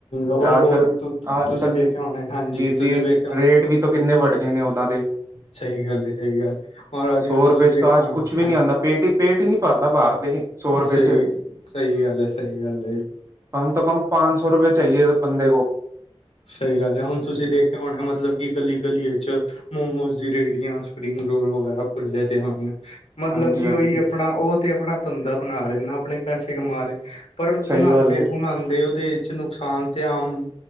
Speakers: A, on the left (about 80°); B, on the right (about 30°).
A: ਉਹ
B: ਤੇ ਅੱਜ ਕੱਲ ਅੱਜ
A: ਤੁਸੀਂ
B: ਕੱਲ
A: ਵੇਖਿਆ ਹੋਣਾ ਹਾਂਜੀ
B: ਵੀਰ ਜੀ
A: ਤੁਸੀਂ ਵੇਖ
B: ਰੇਟ ਵੀ ਤਾਂ ਕਿੰਨੇ ਵਡ ਗਏ ਨੇ ਓਦਾਂ ਦੇ
A: ਸਹੀ ਗੱਲ ਹੈ ਸਹੀ ਗੱਲ ਔਰ ਅੱਜ
B: ਸੌ
A: ਕੱਲ੍ਹ ਤੁਸੀਂ
B: ਰੁਪਏ
A: ਵੇਖਿਆ
B: ਚ ਤਾਂ ਅਜ
A: ਹੋਣਾ
B: ਕੁਛ ਵੀ ਨੀ ਆਉਂਦਾ ਪੇਟ ਹੀ ਪੇਟ ਹੀ ਨੀ ਭਰਦਾ ਬਾਹਰ ਦੇ ਸੌ ਰੁਪਏ
A: ਸਹੀ
B: ਚ
A: ਸਹੀ ਗੱਲ ਏ ਸਹੀ ਗੱਲ ਏ।
B: ਕਮ ਤੋ ਕਮ ਪੰਜ ਸੌ ਰੁਪਏ ਚਾਹੀਏ ਇਸ ਬੰਦੇ ਕੋ
A: ਸਹੀ ਗੱਲ ਹੈ ਹੁਣ ਤੁਸੀਂ ਦੇਖ ਕੇ ਹੋਣਾ ਮਤਲਬ ਕਿ ਗਲੀ ਗਲੀਏ ਚ ਮੋਮੋਸ ਦੀ ਰੇਹੜੀਆਂ ਸਪਰਿੰਗ ਰੋਲ ਵਗੈਰਾ ਖੁੱਲੇ ਦੇ ਹਨ ਮਤਲਬ
B: ਹਾਂਜੀ
A: ਕਿ
B: ਹਾਂਜੀ
A: ਉਹੀ ਅਪਣਾ ਉਹ ਤੇ ਆਪਣਾ ਧੰਦਾ ਬਣਾ ਰਹੇ ਨਾ ਆਪਣੇ ਪੈਸੇ ਕਮਾ ਰਹੇ ਪਰ
B: ਸਹੀ
A: ਉਨ੍ਹਾਹ
B: ਗੱਲ
A: ਦੇ
B: ਹੈ
A: ਉਨਾਹ ਦੇ ਉਹਦੇ ਵਿੱਚ ਨੁਕਸਾਨ ਤੇ ਆਮ